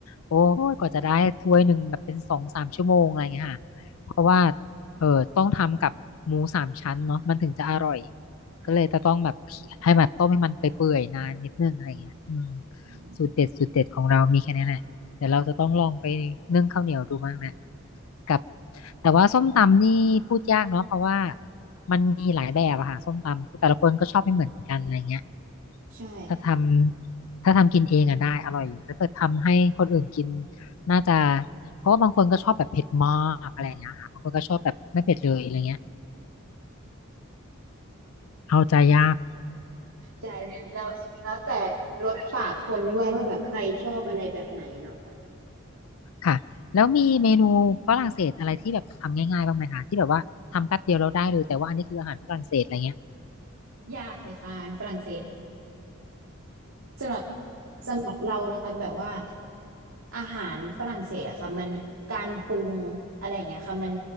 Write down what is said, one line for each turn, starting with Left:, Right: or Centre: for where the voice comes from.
Left: โอ้ยกว่าจะได้ถ้วยหนึ่งแบบเป็นสองสามชั่วโมงอะไรเงี้ยค่ะเพราะว่าเออต้องทำกับหมูสามชั้นเนาะมันถึงจะอร่อย
Right: ใช่
Left: ก็เลยจะต้องแบบให้แบบต้มให้มันไปเปื่อยนานนิดนึงอะไรเงี้ยอืม
Right: อืม
Left: สูตรเด็ดสูตรเด็ดของเรามีแค่นี้แหละเดี๋ยวเราจะต้องลองไปนึ่งข้าวเหนียวดูบ้างแหละ กับแต่ว่าส้มตำนี่พูดยากเนาะเพราะว่ามันมีหลายแบบอะค่ะส้มตำแต่ละคนก็ชอบไม่เหมือนกันอะไรเงี้ย
Right: ใช่
Left: ถ้าทำถ้าทำกินเองอะได้อร่อยอยู่ถ้าเกิดทำให้คนอื่นกินน่าจะเพราะว่าบางคนก็ชอบแบบเผ็ดมากอะไรเงี้ยค่ะบางคนก็ชอบแบบไม่เผ็ดเลยอะไรเงี้ยเอาใจยาก
Right: ใช่แล้วแล้วแต่รสปากคนด้วยว่าแบบใครชอบอะไรแบบไหนเนาะ
Left: ค่ะแล้วมีเมนูฝรั่งเศสอะไรที่แบบทำง่ายๆบ้างไหมคะที่แบบว่าทำแป๊บเดียวเราได้เลยแต่ว่าอันนี้คืออาหารฝรั่งเศสอะไรเงี้ย
Right: ยากเลยค่ะฝรั่งเศส สำหรับสำหรับเรานะคะแบบว่าอาหารฝรั่งเศสอะค่ะมันการปรุงอะไรอย่างเงี้ยค่ะมัน